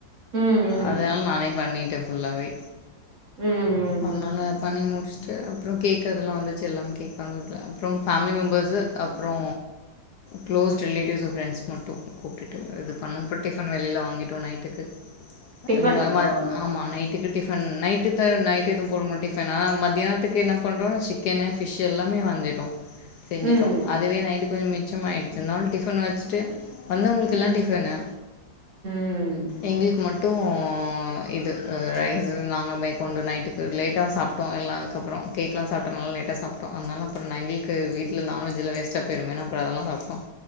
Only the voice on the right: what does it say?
ம்
ம்
ம்
ம்
டிஃபனா
ம்.
ம்.
ம்